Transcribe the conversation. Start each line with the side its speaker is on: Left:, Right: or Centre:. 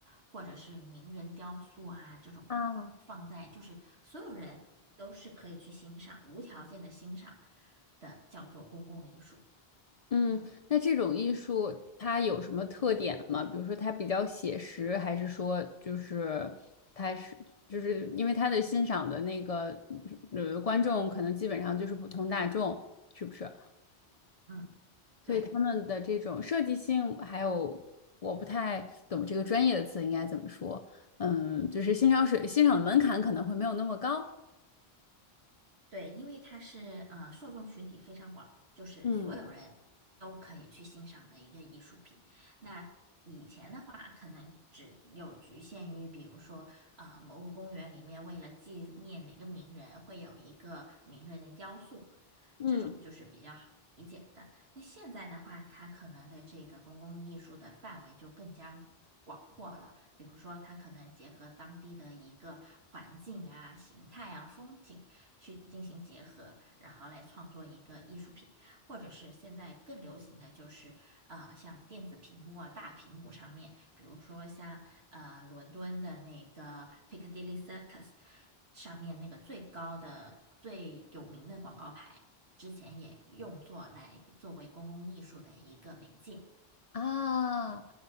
Right: 或者是名人雕塑啊，这种放在就是所有人都是可以去欣赏，
Left: 啊。
Right: 无条件的欣赏的，叫做公共艺术。
Left: 嗯，那这种艺术它有什么特点吗？比如说它比较写实，还是说就是它是就是因为它的欣赏的那个呃观众可能基本上就是普通大众，是不是？
Right: 嗯，
Left: 所以他们的这种设计性，
Right: 对。
Left: 还有我不太懂这个专业的词应该怎么说，嗯，就是欣赏水欣赏的门槛可能会没有那么高。
Right: 对，因为它是呃受众群体非常广，就是所有人都可以去欣赏的一个艺术品。
Left: 嗯
Right: 那以前的话，可能只有局限于，比如说呃某个公园里面为了纪念哪个名人，会有一个名人的雕塑，
Left: 嗯
Right: 这种就是比较好理解的。那现在的话，它可能的这个公共艺术的范围就更加。广阔了，比如说它可能结合当地的一个环境啊、形态啊、风景。去进行结合，然后来创作一个艺术品，或者是现在更流行的就是呃，像电子屏幕啊、大屏幕上面，比如说像呃伦敦的那个 Piccadilly Circus 上面那个最高的、最有名的广告牌，之前也用作来作为公共艺术的一个媒介。
Left: 啊，